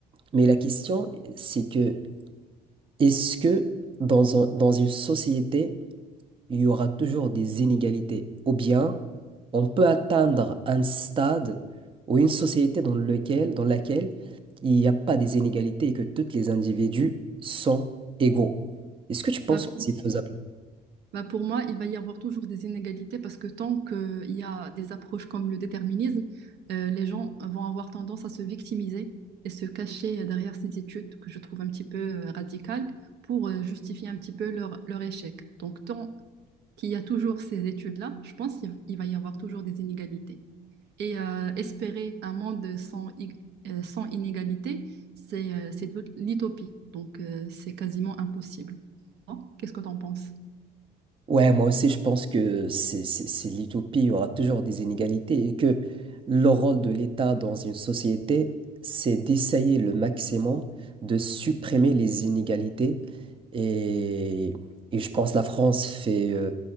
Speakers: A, on the right; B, on the right.
A: Mais la question, c'est que est-ce que dans un- dans une société, il y aura toujours des inégalités. Ou bien, on peut atteindre un stade ou une société dans lequel, dans laquelle il n'y a pas des inégalités et que tous les individus sont égaux. Est-ce que tu penses
B: ben,
A: que c'est faisable?
B: Bah, pour moi, il va y avoir toujours des inégalités parce que tant qu'il y a des approches comme le déterminisme, euh, les gens vont avoir tendance à se victimiser et se cacher derrière ces études que je trouve un petit peu euh, radicales pour euh, justifier un petit peu leur, leur échec. Donc, tant qu'il y a toujours ces études-là, je pense qu'il il va y avoir toujours des inégalités. Et euh, espérer un monde sans, i- euh, sans inégalités, c'est euh, c'est de l'utopie. Donc, euh, c'est quasiment impossible. Bon, Qu'est-ce que tu en penses?
A: Ouais, moi aussi, je pense que c'est c'est- c'est l'utopie. Il y aura toujours des inégalités et que le rôle de l'État dans une société, c'est d'essayer le maximum de supprimer les inégalités. Et, et je pense que la France fait euh,